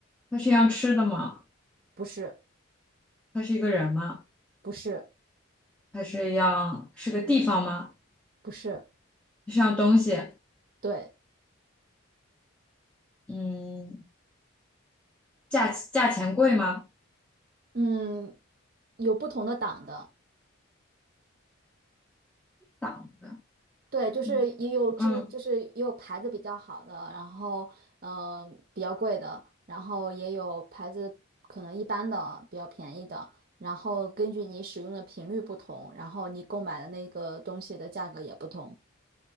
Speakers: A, in the centre; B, on the right.
A: 它是要吃的吗？
B: 不是，
A: 它是一个人吗？
B: 不是，
A: 它是要是个地方吗？
B: 不是，
A: 是样东西？
B: 对，
A: 嗯，价价钱贵吗？
B: 嗯，有不同的党的，
A: 档的，
B: 对，就是也有质，
A: 嗯嗯，
B: 就是也有牌子比较好的，然后嗯、呃比较贵的，然后也有牌子可能一般的，比较便宜的，然后根据你使用的频率不同，然后你购买的那个东西的价格也不同。